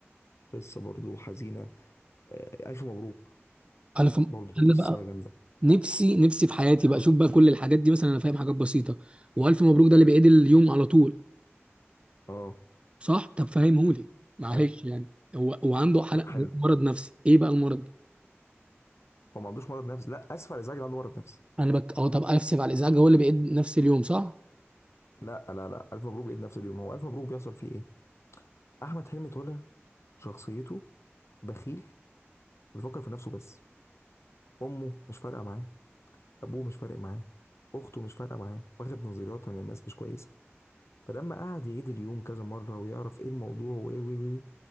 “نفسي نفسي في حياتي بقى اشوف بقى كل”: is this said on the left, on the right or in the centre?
Right